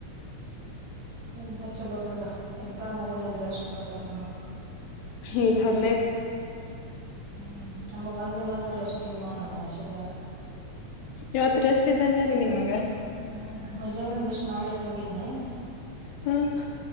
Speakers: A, on the right; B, on the left.
A: ನಿಮ್ದ ಚಲೋ ಬಿಡ್ವಾ ಎಕ್ಸಾಮ್ ಮುಗುದ ಅಂದ್ರೆ ಎಷ್ಟ್ ಕೊಡ್ತಾರ ನಿಮಗ್
B: ಹ್ಮ ಹಾಗ
A: ಹ್ಮ್ ನಮಗ್ ಒಂದಿನಾನೂರು ಎಷ್ಟ ನಮ್ಮ ನಷ್ಟದ
B: ಇವತ್ ರೆಸ್ಟ್ ಇದ್ದಂಗರೀ ನಿಮಗ
A: ಹ್ಮ್ ಮುಂಜಾನೆ ಒಂದಿಷ್ಟ್ ಮಾಡಿಟ್ಟ ಹೋಗಿನೆ
B: ಹ್ಮ್